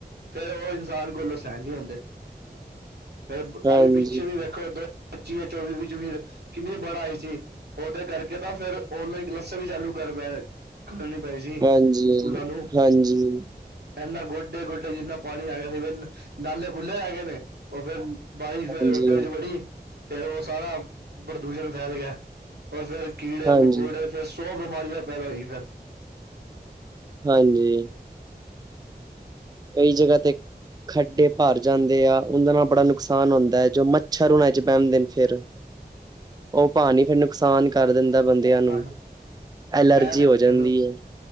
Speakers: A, on the right; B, on the right.
A: ਫਿਰ ਉਹ ਇਨਸਾਨ ਕੋਲੋਂ ਸਹਿਣ ਨਹੀਂ ਹੁੰਦੇ ਫਿਰ
B: ਹਾਂਜੀ
A: ਅਸੀਂ ਪਿੱਛੇ ਵੀ ਵੇਖੋ ਅੱਗੇ ਪਤੀ ਜਾਂ ਚੋਵੀ ਵਿੱਚ ਕਿੰਨੀ ਬਾੜ ਆਈ ਸੀ ਉਹਦੇ ਕਰਕੇ ਤਾਂ ਫਿਰ ਆਨਲਾਈਨ ਕਲਾਸਾਂ ਵੀ ਚਾਲੂ ਘਰ ਬਹਿ ਕੇ ਕਰਨੀ ਭਾਈ ਸੀ
B: ਹਾਂਜੀ,
A: ਸਕੂਲਾਂ ਨੂੰ
B: ਹਾਂਜੀ,
A: ਇਨਾ ਗੋਡੇ ਗੋਡੇ ਜਿੰਨਾ ਪਾਣੀ ਆ ਗਿਆ ਸੀ ਫਿਰ ਨਾਲੇ ਖੁੱਲੇ ਰਹਿ ਗਏ ਨੇ ਉਹ ਫਿਰ ਬਾਰਿਸ਼ ਫਿਰ
B: ਹਾਂਜੀ,
A: ਹੋਰ ਤੇਜ'ਚ ਵੜੀ ਫਿਰ ਉਹ ਸਾਰਾ ਪ੍ਰਦੂਸ਼ਣ ਫੈਲ ਗਿਆ। ਫਿਰ ਕੀੜੇ,
B: ਹਾਂਜੀ,
A: ਮਕੌੜੇ ਫਿਰ ਸੋ ਬਿਮਾਰੀਆਂ ਪੈਦਾ ਹੋਈ ਫਿਰ
B: ਹਾਂਜੀ ਕਈ ਜਗ੍ਹਾ ਤੇ ਖੱਡੇ ਭਰ ਜਾਂਦੇ ਆ ਉਹਦੇ ਨਾਲ ਬੜਾ ਨੁਕਸਾਨ ਹੁੰਦਾ ਹੈ ਜੋ ਮੱਛਰ ਹੁਣਾ 'ਚ ਬਹਿਣ ਦੇਨੇ ਫਿਰ ਉਹ ਪਾਣੀ ਫਿਰ ਨੁਕਸਾਨ ਕਰ ਦਿੰਦਾ ਬੰਦਿਆਂ ਨੂੰ
A: ਹਾਂਜੀ
B: ਐਲਰਜੀ
A: ਮੈਂ ਤਾਂ
B: ਹੋ ਜਾਂਦੀ
A: ਕਹਿੰਦਾ
B: ਹੈ